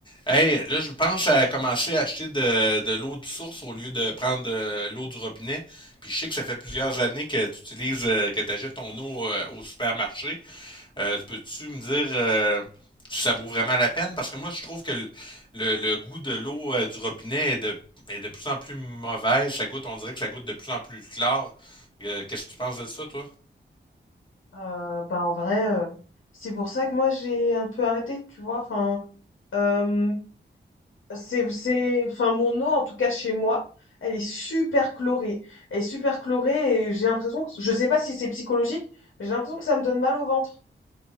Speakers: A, on the left (about 25°); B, on the left (about 80°).
A: Hey, là, je pense à commencer à acheter de, de l'eau de source au lieu de prendre de l'eau du robinet. Puis je sais que ça fait plusieurs années que tu utilises, euh, que tu achètes ton eau euh, au supermarché. Euh, peux-tu me dire euh, si ça vaut vraiment la peine? Parce que moi, je trouve que le, le- le goût de l'eau euh, du robinet est de, est de plus en plus mauvais. Ça goûte, on dirait que ça goûte de plus en plus clair. Euh, qu'est-ce que tu penses de ça, toi?
B: Euh, bah en vrai, euh, c'est pour ça que moi j'ai un peu arrêté, tu vois. Enfin, euh, c'est, c'est, enfin mon eau en tout cas chez moi, elle est super chlorée. Elle est super chlorée et j'ai l'impression que, je sais pas si c'est psychologique, mais j'ai l'impression que ça me donne mal au ventre.